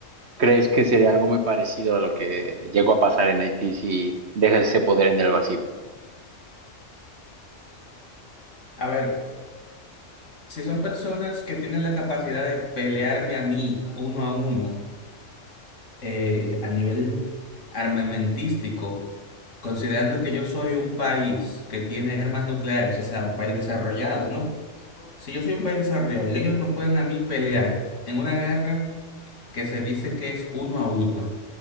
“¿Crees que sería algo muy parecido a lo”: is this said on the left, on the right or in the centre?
Right